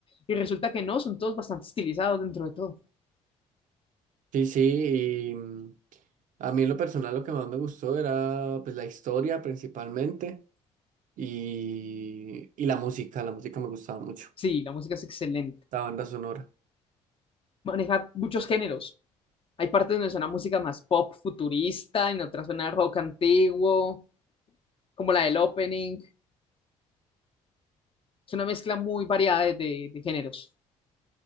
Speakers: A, on the left (about 35°); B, on the right (about 60°).
A: y resulta que no, son todos bastante estilizados dentro de todo.
B: Sí, sí, y mm, a mí en lo personal lo que más me gustó era pues la historia principalmente y, y la música, la música me gustaba mucho,
A: Sí, la música es excelente.
B: la banda sonora.
A: Maneja muchos géneros. Hay partes donde suena música más pop futurista, en otras suena rock antiguo, como la del opening. Es una mezcla muy variada de, de- de géneros.